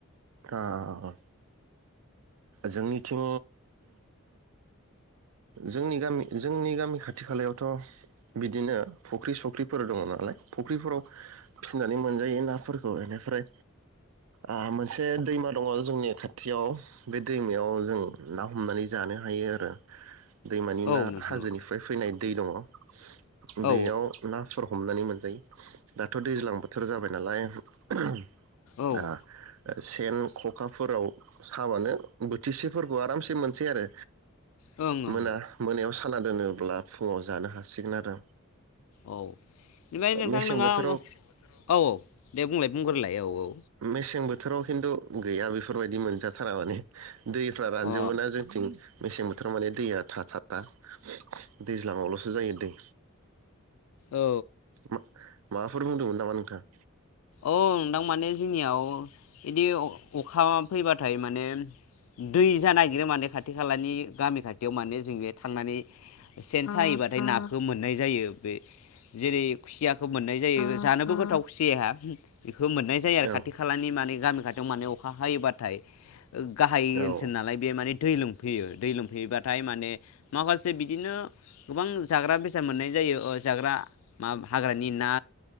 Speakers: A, on the right; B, on the left.
A: ओ जोंनिथिं जोंनि गामि जोंनि गामि खाथि खालायावथ' बिदिनो फख्रि सख्रिफोर दङ नालाय फख्रिफोराव फिनानै मोनजायो नाफोरखौ बेनिफ्राय ओ मोनसे दैमा दङ जोंनि खाथियाव बे दैमायाव जों ना हमनानै जानो हायो आरो। दैमानि
B: औ
A: ना
B: नोंथां
A: हाजोनिफ्राय
B: औ
A: फैनाय। दै दङ
B: औ
A: बेयाव ना सर हमनानै मोनजायो दाथ' दैज्लां बोथोर जाबाय नालाय ओ
B: ओं
A: सेन खखाफोराव साबानो बोथिसेफोरखौ आरामसे मोनसै आरो
B: ओं ओं
A: मोना मोनायाव। खाना दोनोब्ला फुङाव जानो हासिगोन आरो।
B: औ ओमफ्राय नोंथां
A: मेसें
B: नोङा
A: बोथोराव
B: औ औ दे बुंलाय बुंग्रोलाय। औ औ।
A: मेसें बोथोराव खिन्थु गैया बेफोरबायदि मोनजाथारा माने। दैफ्रा रानजोबो
B: औ अ
A: ना जोंनिथिं मेसें बोथोर माने दैया थ' थाथारा दैज्लाङावल'सो जायो दै।
B: औ
A: मा माबाफोर बुंदोंमोन नामा नोंथाङा?
B: औ नोंथां माने जोंनियाव बिदि अखा फैबाथाय माने दै जानो नागिरो माने खाथि खालानि गामि खाथियाव माने जों बे थांनानै सेन साबाथाय नाखौ मोननाय जायो बे जेरै खुसियाखौ मोननाय जायो जानोबो गोथाव खुसियाया। <unintelligible> मोननाय जायो आरो खाथि
A: औ
B: खालानि माने। गामि खाथियाव माने अखा हायोबाथाय गाहाय
A: ओं
B: ओनसोल नालाय बे माने दै लोम फैयो दै लोमफैयोबाथाय माने माखासे बिदिनो गोबां जाग्रा बेसाद मोननाय जायो ओ जाग्रा मा हाग्रानि ना